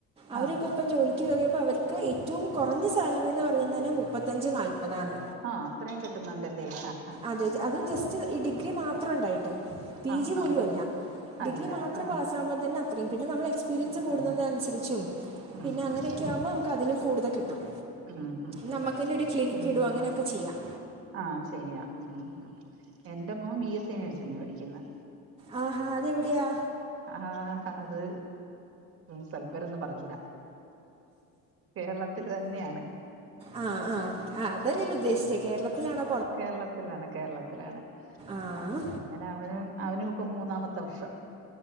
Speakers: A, on the right; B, on the right.
A: അവരൊക്കെ
B: ആഹ് ആഹ്
A: ഇപ്പ ജോലിക്ക് കേറിയപ്പം അവര് ക്ക് ഏറ്റവും കൊറഞ്ഞ സാലറി എന്ന് പറയുന്നേന്നെ മുപ്പത്തഞ്ച് നാല്പ്പതാണ്
B: ആഹ് അത്രയും കിട്ടുന്നുണ്ടല്ലേ അഹ് അഹ്
A: സന്റേജ് അതും ജസ് റ്റ് ഈ ഡിഗ്രി മാത്രണ്ടായിട്ട് പി
B: ആഹ്
A: ജി
B: ആഹ്
A: പോലുഅല്ല
B: ആഹ് ആഹ്
A: ഡിഗ്രി
B: അല്ല
A: മാത്രം
B: ആഹ്
A: പാസ്സാവുമ്പം തന്നെ അ ത്രയും പിന്നെ നമ്മൾ എക്സ്പീരിയൻസ്
B: കിട്ടുന്ന
A: കൂടുന്നതിന് അനുസച്ചും
B: ഉം
A: പിന്നെ
B: ഉം
A: അങ്ങനെയൊക്കെ ആവുമ്പം നമുക്ക് അതിലും കൂടുതൽ കിട്ടും
B: ഉം ഉം ഉം
A: നമ്മക്കെന്നെ ഒരു ക്ലിനിക്ക്
B: ഉം
A: ഇടുവൊ അങ്ങനെയൊക്കെ ചെയ്യാം
B: ആഹ് ചെയ്യാം ഉം എന്റെ മോൻ ബി എസ് സി നഴ്സിംഗ് പഠിയ്ക്കുന്ന്
A: ആഹ് ഹാ അതെവിടെയാ
B: ആഹ് അത് സ്ഥലപേരൊന്നും പറഞ്ഞൂട കേരളത്തില് തന്നെയാണ്
A: ആ ആ ആ അതാ ഞാൻ ഉദ്ദേശിച്ചത് കേരളത്തിലാണോ
B: കേരളത്തിലാണ് കേരളത്തിലാണ്
A: ആഹ്
B: അങ്ങനെ അവനും അവനും ഇപ്പം മൂന്നാമത്തെ വർഷാ